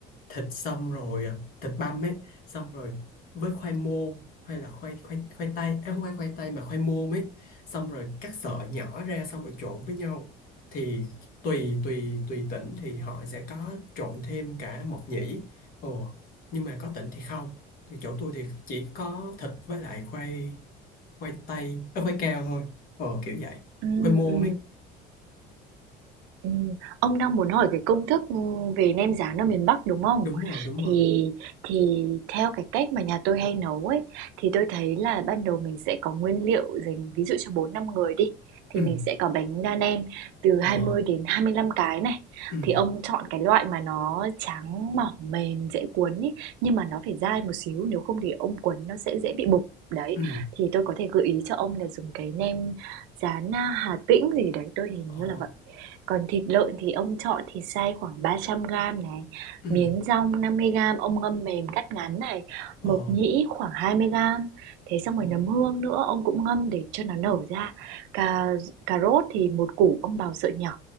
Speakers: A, on the left; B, on the right.
A: thịt xong rồi à, thịt băm ấy xong rồi với khoai môn hay là khoai khoai khoai tây à, không phải khoai tây mà khoai môn ấy xong rồi cắt sợi nhỏ ra xong rồi trộn với nhau thì tùy tùy tùy tỉnh thì họ sẽ có trộn thêm cả mộc nhĩ ồ nhưng mà có tỉnh thì không thì chỗ tôi thì chỉ có thịt với lại khoai khoai tây à, khoai cao thôi ờ kiểu vậy
B: ừ,
A: khoai môn
B: ừ.
A: ấy
B: Ừm, ông đang muốn hỏi cái công thức, ừm, về nem rán ở miền Bắc, đúng không?
A: đúng rồi đúng
B: Thì
A: rồi
B: thì theo cái cách mà nhà tôi hay nấu ấy, thì tôi thấy là ban đầu mình sẽ có nguyên liệu dành ví dụ cho bốn năm người đi, thì
A: ừ
B: mình sẽ có bánh đa nem từ
A: ờ
B: hai mươi đến 25 cái này.
A: ừ
B: Thì ông chọn cái loại mà nó trắng, mỏng, mềm, dễ cuốn ấy, nhưng mà nó phải dai một xíu, nếu không thì ông cuốn nó sẽ dễ bị bục. Đấy,
A: ừ
B: thì tôi có thể gợi ý cho ông là dùng cái nem rán, a, Hà Tĩnh gì đấy, tôi hình
A: ờ
B: như là vậy. Còn thịt lợn thì ông chọn thịt xay khoảng 300g này,
A: ừ
B: miến dong 50g ông ngâm mềm cắt ngắn này,
A: ờ
B: mộc nhĩ khoảng 20g. Thế xong
A: ờ
B: rồi nấm hương nữa ông cũng ngâm để cho nó nở ra. Cà cà rốt thì một củ ông bào sợi nhỏ,